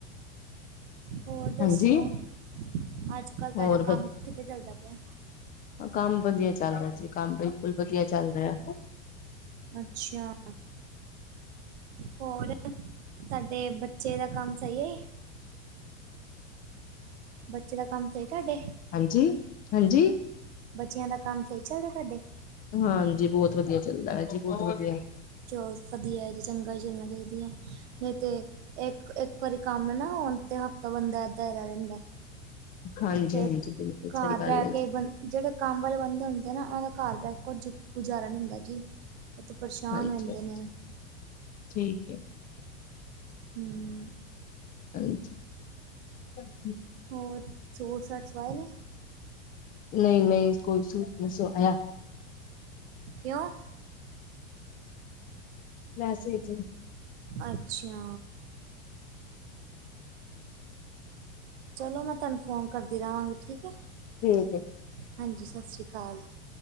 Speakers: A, on the right; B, on the left.
A: ਹੋਰ ਦੱਸੋ?
B: ਹਾਂਜੀ
A: ਅੱਜ ਕੱਲ੍ਹ ਤੁਹਾਡਾ
B: ਹੋਰ
A: ਕੰਮ
B: ਵ
A: ਕਿਤੇ ਚੱਲਦਾ ਪਿਆ
B: ਕੰਮ ਵਧੀਆ ਚੱਲ ਰਿਹਾ ਜੀ ਕੰਮ ਬਿਲਕੁਲ ਵਧੀਆ ਚੱਲ ਰਿਹਾ
A: ਅੱਛਿਆ, ਹੋਰ ਤੁਹਾਡੇ ਬੱਚੇ ਦਾ ਕੰਮ ਸਹੀ ਏ ਬੱਚੇ ਦਾ ਕੰਮ ਸਹੀ ਤੁਹਾਡੇ
B: ਹਾਂਜੀ, ਹਾਂਜੀ
A: ਬੱਚਿਆਂ ਦਾ ਕੰਮ ਸਹੀ ਚੱਲ ਰਿਹਾ ਤੁਹਾਡੇ?
B: ਹਾਂਜੀ ਬਹੁਤ ਵਧੀਆ ਚੱਲਦਾ ਏ ਜੀ ਬਹੁਤ ਵਧੀਆ
A: ਚਲੋ ਵਧੀਆ ਏ ਜੀ ਚੰਗਾ ਹੀ ਚੱਲਣਾ ਚਾਹੀਦੀ ਐ ਨਹੀਂ ਤੇ ਇੱਕ ਇੱਕ ਵਾਰੀ ਕੰਮ ਨਾ ਹੋਣ ਤੇ ਹਫ਼ਤਾ ਬੰਦਾ ਏਦਾਂ ਹੀ ਰਹਿ ਜਾਂਦਾ
B: ਹਾਂਜੀ
A: ਫੇਰ,
B: ਹਾਂਜੀ ਬਿਲਕੁਲ
A: ਘਰ
B: ਸਹੀ ਗੱਲ
A: ਬਹਿ
B: ਹੈ
A: ਕੇ
B: ਜੀ
A: ਬੰ ਜਿਹੜੇ ਕੰਮ ਵਾਲੇ ਬੰਦੇ ਹੁੰਦੇ ਨਾ ਉਹਨਾਂ ਦਾ ਘਰ ਬੈ ਕਝ ਗੁਜ਼ਾਰਾ ਨੀ ਹੁੰਦਾ ਜੀ ਉਹ ਤਾਂ ਪਰੇਸ਼ਾਨ
B: ਹਾਂਜੀ,
A: ਹੋ ਜਾਂਦੇ
B: ਹਾਂਜੀ
A: ਨੇ
B: ਠੀਕ ਐ
A: ਹੂੰ
B: ਹਾਂਜੀ <unintelligible>
A: ਹੋਰ ਸੂਟ ਸਾਟ ਸਵਾਏ ਨੇ?
B: ਨਹੀਂ ਨਹੀਂ ਕੋਈ ਸੂਟ ਨਹੀਂ ਸਵਾਇਆ
A: ਕਿਉਂ
B: ਵੈਸੇ ਹੀ ਜੀ।
A: ਅੱਛਿਆ ਚਲੋ ਮੈਂ ਤੁਆਨੂੰ ਫੋਨ ਕਰਦੀ ਰਾਂਗੀ, ਠੀਕ ਐ?
B: ਠੀਕ ਹੈ
A: ਹਾਂਜੀ, ਸ ਸ਼੍ਰੀ ਕਾਲ